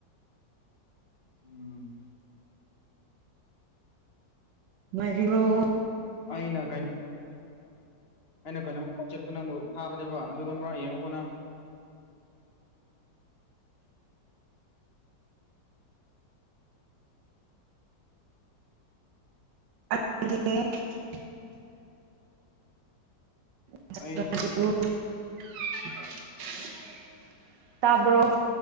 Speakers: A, on the left; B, on the right.
A: ꯎꯝ
B: ꯉꯥꯏꯔꯤꯔꯣ
A: ꯑꯩꯅ ꯀꯩꯅꯣ ꯑꯩꯅ ꯀꯩꯅꯣꯝꯃ ꯋꯥꯆꯦꯞꯇ ꯅꯪꯕꯨ ꯊꯥꯕꯅꯦꯕ ꯑꯗꯨꯗꯣ ꯑꯃꯔꯛ ꯌꯦꯡꯉꯨꯀꯣ ꯅꯪ
B: <unintelligible> <unintelligible>
A: ꯑꯩꯗꯤ
B: ꯇꯥꯕ꯭ꯔꯣ